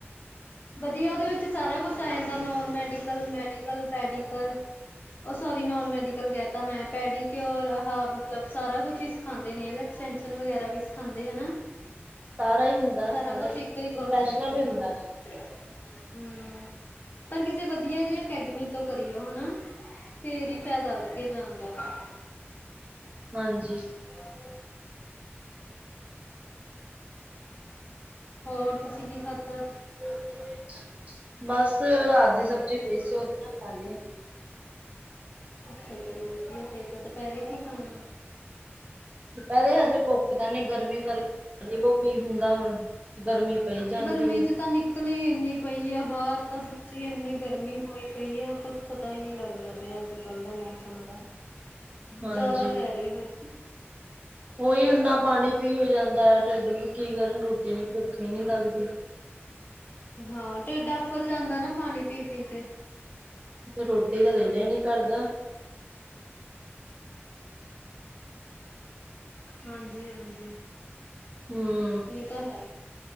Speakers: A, on the left; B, on the right.
A: ਵਧੀਆ ਉਹਦੇ ਵਿੱਚ ਸਾਰਾ ਕੁਛ ਆ ਜਾਂਦਾ ਨੋਨ ਮੈਡੀਕਲ, ਮੈਡੀਕਲ, ਪੈਡੀਕਲ ਉਹ ਸੋਰੀ ਨੋਨ ਮੈਡੀਕਲ ਕਹਿ ਤਾ ਮੈਂ ਪੈਡੀਕਓਰ ਆਹਾ ਮਤਲਬ ਸਾਰਾ ਕੁਛ ਸਿਖਾਂਦੇ ਨੇ ਐਕਸਟੈਂਸ਼ਨ ਵਗੈਰਾ ਵੀ ਸਿਖਾਂਦੇ ਹਨਾ
B: ਸਾਰਾ ਹੀ ਹੁੰਦਾ
A: ਸਾਰਾ ਕੁਛ ਇੱਕ ਹੀ
B: ਪ੍ਰੋਫੈਸ਼ਨਲ
A: ਕੋਰਸ ਵਿੱਚ
B: ਹੀ ਹੁੰਦਾ
A: ਹਾਂਜੀ
B: ਹੈ
A: ਹਮ ਪਰ ਕਿਸੇ ਵਧੀਆ ਜਈ ਅਕੈਡਮੀ ਤੋਂ ਕਰੀਓ ਹਨਾ ਫੇਰ ਹੀ ਫਾਇਦਾ ਅੱਗੇ ਜਾਣ ਦਾ
B: ਹਾਂਜੀ
A: ਹੂੰ ਹੋਰ ਤੁਸੀਂ ਕੀ ਖਾਧਾ ਅੱਜ?
B: <unintelligible> ਬਸ ਰਾਤ ਦੀ ਸਬਜ਼ੀ ਪਈ ਸੀ ਉਹਦੇ ਨਾਲ ਖਾ ਲੀ ਏ।
A: ਅੱਛਾ, ਚਲੋ ਵਧੀਆ ਫੇਰ ਤਾਂ ਦੁਪਹਿਰੇ ਕੀ ਖਾਣਾ?
B: ਦੋਪਹਰੇ ਹਜੇ ਭੁੱਖ ਤਾਂ ਨਹੀਂ ਗਰਮੀ ਕਰਕੇ ਕੋ ਕੀ ਹੁੰਦਾ ਹੁਣ? ਗਰਮੀ ਪਈ ਜਾਂਦੀ
A: ਗਰਮੀ
B: ਆ
A: ਚ ਤਾਂ ਨਿੱ ਕਲੀ ਹੀ ਇੰਨੀ ਪਈ ਆ ਬਾਹਰ ਤਾਂ ਸੱਚੀ ਇੰਨੀ ਗਰਮੀ ਹੋਈ ਪਈ ਆ ਕੁਛ ਪਤਾ ਹੀ ਨਹੀਂ ਲੱਗਦਾ ਪਿਆ ਅੱਜ। ਕਲ ਦਾ ਮੌਸਮ ਤਾਂ
B: ਹਾਂਜੀ
A: ਜ਼ਿਆਦਾ ਪੈ ਰਹੀ ਗਰ
B: ਉਹੀ ਓਨਾ ਪਾਣੀ ਪੀ ਹੀ ਜਾਂਦਾ ਆ, ਢਿੱਡ ਵੀ ਕੀ ਕਰਨ ਰੋਟੀ ਨ ਭੁੱਖੀ ਨਹੀਂ ਲੱਗਦੀ।
A: ਹਾਂ ਟਿਡ ਆਫਰ ਜਾਂਦਾ ਨਾ ਪਾਣੀ ਪੀ-ਪੀ ਕੇ।
B: ਰੋਟੀ ਤਾਂ ਦਿਲ ਹੀ ਨੀ ਕਰਦਾ।
A: ਹਾਂਜੀ-ਹਾਂਜੀ।
B: ਹਾ।
A: ਏ ਤਾਂ ਹੈ।